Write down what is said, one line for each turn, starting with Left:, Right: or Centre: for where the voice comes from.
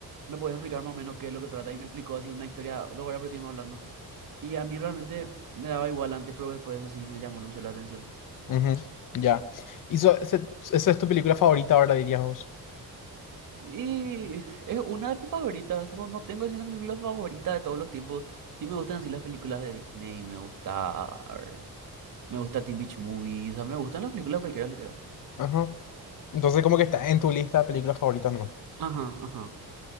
Right: ¿me puedes explicar más o menos qué es lo que trata? Y me explicó así una historia, dos horas, pero estuvimos hablando. Y a mí realmente me daba igual antes, pero después de eso sí me llamó mucho la atención.
Left: ujú, ya. Y so- ese- esa es tu película favorita ahora, dirías vos.
Right: Y es una de mis favoritas. No, no tengo así una película favorita de todos los tiempos. Sí me gustan así las películas de Disney, me gusta, a ver, me gusta Teen Beach Movie, o sea, me gustan las películas cualquiera, literal.
Left: Ajá. Entonces, como que está en tu lista de películas favoritas nomás.
Right: Ajá, ajá.